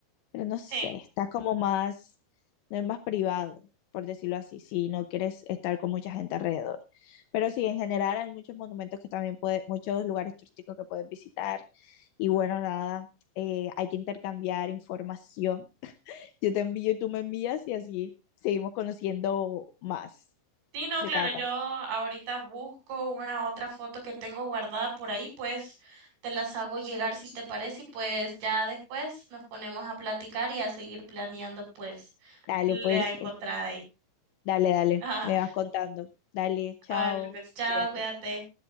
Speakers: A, on the left (about 75°); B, on the right (about 60°).
A: pero no sé,
B: Sí.
A: está como más, no es más privado, por decirlo así, si no quieres estar con mucha gente alrededor. Pero sí, en general hay muchos monumentos que también puedes, muchos lugares turísticos que puedes visitar y bueno, nada, eh, hay que intercambiar información. Yo te envío y tú me envías y así seguimos conociendo más
B: Sí, no,
A: de
B: claro,
A: cada
B: yo
A: país.
B: ahorita busco una otra foto que tengo guardada por ahí, pues te las hago llegar si te parece y pues ya después nos ponemos a platicar y a seguir planeando pues
A: Dale,
B: la
A: pues,
B: encontrada
A: eh,
B: ahí. <laughs>
A: dale, dale,
B: Ajá.
A: me vas contando. Dale, chao,
B: Vale, pues chao,
A: cuídate.
B: cuídate.